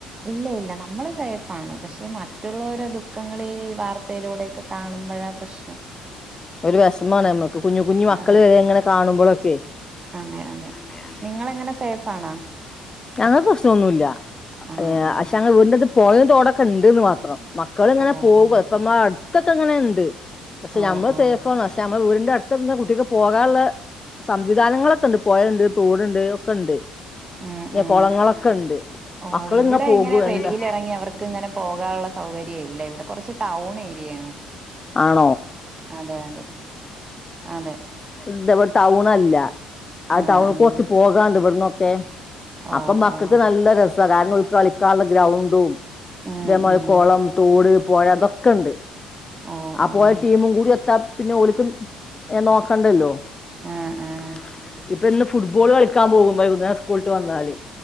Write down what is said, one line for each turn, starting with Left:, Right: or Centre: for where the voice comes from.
Right: ഇല്ല ഇല്ല നമ്മള് സേഫാണ് പശെ മറ്റുള്ളവരെ ദുഃഖങ്ങളി വാർത്തയിലൂടെക്കെ കാണുമ്പോഴാ പ്രശ്നം
Left: ഒര് വെഷമാണ് നമ്മക്ക് കുഞ്ഞ് കുഞ്ഞ് മക്കള്
Right: അതെ
Left: വെങ്ങനെ കാണ <unintelligible>
Right: അതെ അതെ നിങ്ങളെങ്ങനെ സേഫാണോ?
Left: ഞങ്ങക്ക് പ്രശ്നെന്നില്ലാ
Right: ആഹ് ആഹ്
Left: ആ ശേ ഞങ്ങടെ വീട്ടിയെട്ടത്ത് <unintelligible> ഉണ്ട്ന്ന് മാത്രം മക്കള് ഇങ്ങനെ
Right: ഓഹ്
Left: പോവുവാ
Right: ഓഹ്
Left: ഇപ്പമ്മ ഇതൊക്കെ അങ്ങനെ ഒണ്ട് പശെ
Right: ഓഹ്
Left: നമ്മള്
Right: ഓഹ്
Left: സേഫാന്നാണ് പശെ നമ്മള് വീടി <unintelligible> കുട്ടിക്ക് പോകാനെള്ള സംവിധാനങ്ങളൊക്കെ ഒണ്ട് പെഴെണ്ട് തോടയെ ഒക്കെ ഒണ്ട്
Right: ഉം ഉം
Left: കൊളങ്ങളൊക്കെ ഒണ്ട്
Right: ഓഹ്
Left: മക്കളിങ്ങ്യാ
Right: ഇവിടെ
Left: പോകു
Right: ഇങ്ങനെ വെളിയിലെറങ്ങി
Left: എന്താ
Right: അവർക്ക് ഇങ്ങനെ പോകാനുള്ള സൗകര്യം ഇല്ല. ഇവിടെ കൊറച്ച് ടൗൺ ഏരിയയാണ്.
Left: <unintelligible>
Right: അതെ അതെ അതെ
Left: ഇതെപോലെ ടൗണാല്ലാ ആ
Right: ആഹ്
Left: ടൗണ്ക്ക്
Right: ആഹ്
Left: കൊറാച്ച് പോകാണ്ട് ഇവടന്ന് ക്കെ
Right: ഓഹ്
Left: അപ്പം മക്കക്ക്
Right: ഓഹ്
Left: നല്ലാ രസാ കാരണം ഇവർക്ക് കളിക്കാ ഉള്ള ഗ്രൗണ്ടും
Right: ഉം
Left: ഇതെ മേലെ
Right: ഉം
Left: കോളം തോട് പോലതൊക്കെ ഒണ്ട്
Right: ഓഹ്
Left: അപ്പോയ
Right: ഓഹ്
Left: ടീമും കൂടി എത്താം പിന്നെ ഓലിക്കും നോക്കണ്ടല്ലോ
Right: ആഹ് ആഹ്
Left: ആഹ ആഹ ഇപ്പ ഇന്ന് ഫുട്ബോൾ കളിക്കാൻ പോകും വൈകുന്നേരം സ്കൂൾ വിട്ട് വന്നാല്